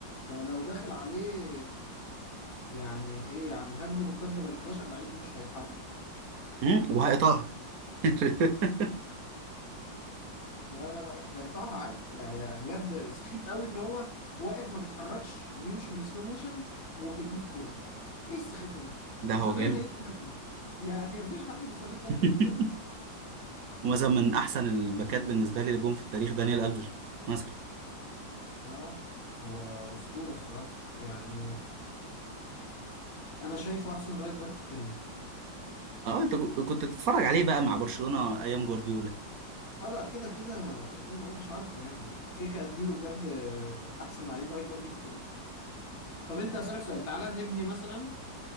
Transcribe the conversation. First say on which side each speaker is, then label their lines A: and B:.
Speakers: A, on the left; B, on the right.
A: ده لو داخل عليه يعني ايه يا عم هجمة مرتدة بال 11 لعيب مش هيتحرك
B: امم وهيقطعها <laughs>
A: لا لا لا هيقطعها عادي يعني بجد سخيف قوي ان هو واقف ما بيتحركش وبيمشي بالسلو موشن وهيجيب الكوره ايه السخافه دي
B: ده
A: وكمان
B: هو جامد
A: هيدي هجمه يعني <laughs> مفيش حد مستفز اكتر
B: <laughs>
A: من كده
B: ومثلا من احسن الباكات بالنسبه لي اللي جم في التاريخ دانيال الفيش مثلا
A: اه هو اسطوره الصراحه يعني انا شايفه احسن رايت باك في التاريخ
B: اه انت كو- كنت بتتفرج عليه بقى مع برشلونة ايام جوارديولا
A: اه لا كده كده داني الفيش عارفه يعني كده كده اديله بجد احسن لعيب رايت باك جه في التاريخ طب انت اسالك سؤال تعالى نبني مثلا